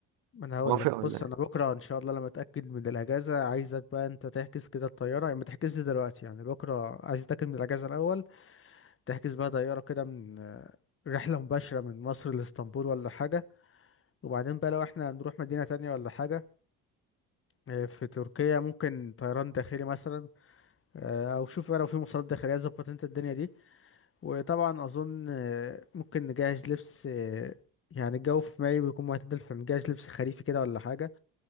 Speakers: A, on the left; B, on the right.
A: ما انا هقول
B: موافق
A: لك
B: ولا
A: بص
B: إيه؟
A: انا بكره ان شاء الله لما اتاكد من الاجازه عايزك بقى انت تحجز كده الطياره يعني ما تحجزش دلوقتي يعني بكره عايز اتاكد من الاجازه الاول تحجز بقى طياره كده من آه، رحله مباشره من مصر لاسطنبول ولا حاجه وبعدين بقى لو احنا هنروح مدينه تانية ولا حاجه آه، في تركيا ممكن طيران داخلي مثلا آه، او شوف بقى لو في مواصلات داخليه ظبط انت الدنيا دي وطبعا اظن آه، ممكن نجهز لبس آه، يعني الجو في مايو بيكون معتدل فنجهز لبس خريفي كده ولا حاجه